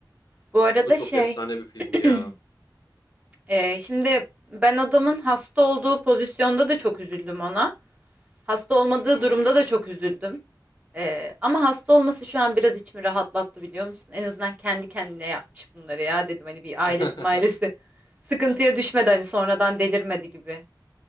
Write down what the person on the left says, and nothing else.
O da çok
efsane bir filmdi ya.
Hı
hı.
<laughs>